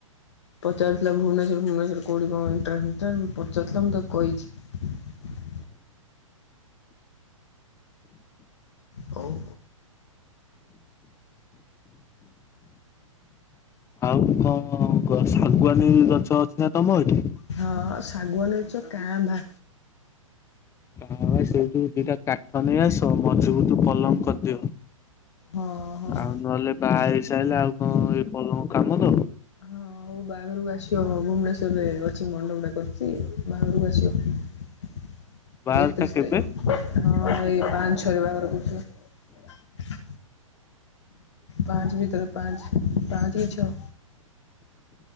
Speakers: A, on the left (about 55°); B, on the left (about 15°).
A: ପଚାର ଭୁବନେଶ୍ୱର ଭୁନେଶ୍ୱର କୋଉଠି କଣ? ଟା ହେଇଟା ମୁଁ ତାକୁ କହିଚି ହଉ।
B: ଆଉ କଣ ଗଛ ଶାଗୁଆନୀ ଗଛ ଅଛି ନା ତମ ଏଠି।
A: ହଁ ସାଗୁଆନୀ ଗଛ କାଁ ବା।
B: ହଁ ସେଇଠୁ ଦିଟା କାଠ ନେଇ ଆସ ମଜୁବୁତୁ ପଲଙ୍କ କରିଦିଅ।
A: ହଁ ହଁ।
B: ଆଉ ନହେଲେ ବାହାହେଇ ସାରିଲେ ଆଉ। ହଁ ଏ ପଲଙ୍କ କାମ ତ।
A: ହଁ ହଉ ବାହାଘରକୁ ଆସିବ ଭୁବନେଶ୍ୱର ରେ ଅଛି ମଣ୍ଡପ ଟେ କରୁଛି। ବାହାଘରକୁ ଆସିବ
B: ବାହାଘରଟା
A: ଏକତିରିଶ
B: କେବେ?
A: ତାରିଖ ହଁ ଏଇ ପାଞ୍ଚ ଛଅରେ ବାହାଘର କରୁଛି। ପାଞ୍ଚ ଭିତରେ ପାଞ୍ଚ ପାଞ୍ଚରେ ଛଅ।